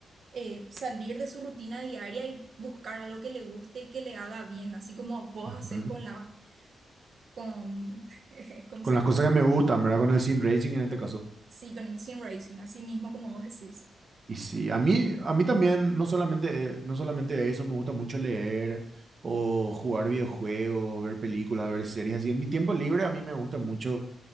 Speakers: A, on the right; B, on the right.
A: eh, salir de su rutina diaria y buscar algo que le guste y que le haga bien, así como vos
B: ujú.
A: haces con la, con, <laughs> ¿cómo
B: Con
A: se
B: las
A: llama?
B: cosas que me gustan, ¿verdad? Con el sim racing en este caso.
A: Sí, con el sim racing, así mismo como vos decís.
B: Y sí, a mí, a mí también, no solamente, eh, no solamente eso, me gusta mucho leer o jugar videojuegos, ver películas, ver series. Así, en mi tiempo libre a mí me gusta mucho